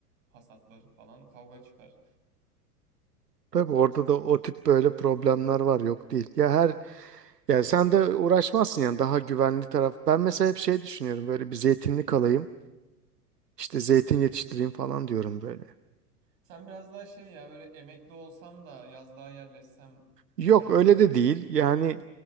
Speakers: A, on the right; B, on the right.
A: hasatları falan kavga çıkar.
B: Tabii orada da o tip böyle problemler var yok değil. Ya her Yani sen de uğraşmazsın yani daha güvenli taraf. Ben mesela hep şey düşünüyorum böyle bir zeytinlik alayım işte zeytin yetiştireyim falan diyorum böyle.
A: Sen biraz daha şey ya böyle emekli olsam da yazlığa yerleşsem
B: Yok
A: tarzı.
B: öyle de değil yani